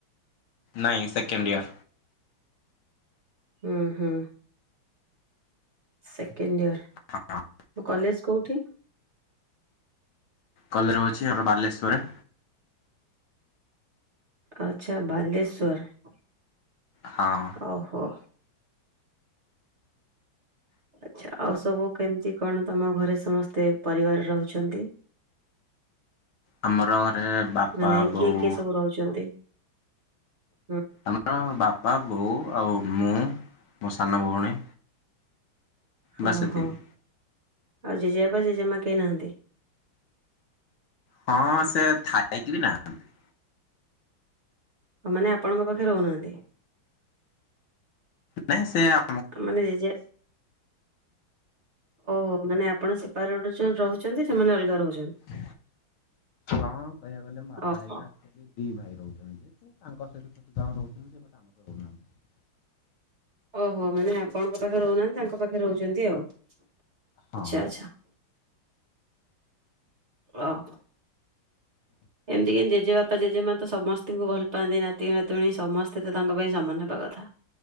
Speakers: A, on the left; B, on the right.
A: ନାଇଁ ସେକେଣ୍ଡ ଇୟର।
B: ଉଁ ହୁଁ। Second year.
A: <unintelligible>
B: କଲେଜ୍ କଉଠି?
A: କଲେରେ ରହୁଛି ଏବେ ବାଲେଶ୍ଵରେ।
B: ଆଚ୍ଛା ବାଲେଶ୍ୱର।
A: ହଁ।
B: ଓହୋ। ଆଚ୍ଛା। ଆଉ ସବୁ କେମିତି କଣ ତମ ଘରେ ସମସ୍ତେ ପରିବାର ରହୁଛନ୍ତି?
A: ଆମର ଘରେ ବାପା
B: ମାନେ
A: ବୋଉ
B: କିଏ କିଏ ସବୁ ରହୁଛନ୍ତି? ହୁଁ
A: ଆମର ବାପା, ବୋଉ ଆଉ ମୁଁ, ମୋ ସାନ ଭଉଣୀ। ବାସ୍
B: ଓହୋ।
A: ଏତିକି
B: ଆଉ ଜେଜେବାପା, ଜେଜେମା କେହି ନାହାନ୍ତି?
A: ହଁ ସେ ଥାଇକି ବି ନାହାନ୍ତି।
B: ମାନେ ଆପଣଙ୍କ ପାଖେ ରହୁନାହାନ୍ତି।
A: ନାଇଁ ସେଆ
B: ମାନେ ଯେଜେ ଓହୋ ମାନେ ଆପଣ ସିପାର ଗୋଡେ ଯୋଉ ରହୁଛନ୍ତି। ସେମାନେ ଅଲଗା ରହୁ
A: ହଁ କହିବାକୁ ଗଲେ ମୋ ବାପା
B: ଓହୋ
A: ହେରିକା ଆକ୍ଚୁଆଲି ଦି ଭାଇ ରହୁଛନ୍ତି। ତାଙ୍କ ସହିତ ତ ସୁଧାଣ ରହୁଛନ୍ତି। ସେ ବାଟା ଆମର ରହୁନାହାନ୍ତି।
B: ଓହୋ ମାନେ ଆପଣଙ୍କ ପାଖରେ ରହୁନାହାନ୍ତି। ତାଙ୍କ ପାଖରେ ରହୁଛନ୍ତି ଆଉ। ଆଚ୍ଛା
A: ହଁ
B: ଆଚ୍ଛା। ଓହୋ। ଏମିତି କେମିତି ଜେଜେ ବାପା ଜେଜେ ମା ତ ସମସ୍ତଙ୍କୁ ଭଲ ପାଆନ୍ତି। ନାତି ନାତୁଣୀ ସମସ୍ତେ ତ ତାଙ୍କ ପାଇଁ ସମାନ ହେବା କଥା